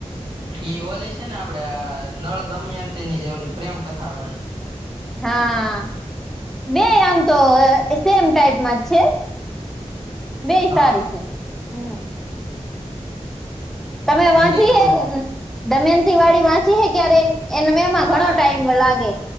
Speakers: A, on the right; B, in the centre.
A: એઈ ઓલી છે ને આપડે નળ દમયંતીની જે ઓલી પ્રેમકથા વાળી
B: હા બેય આમ તો સેમ ટાઈપમાં જ છે. બેય
A: હા
B: સારી છે હમ્મ તમે
A: એ
B: વાંચી
A: કઈક ઓલું
B: હે દમયંતીવાળી વાંચી હે ક્યારેય? એન મેમાં
A: હા
B: ઘણો ટાઈમ
A: એ
B: લાગે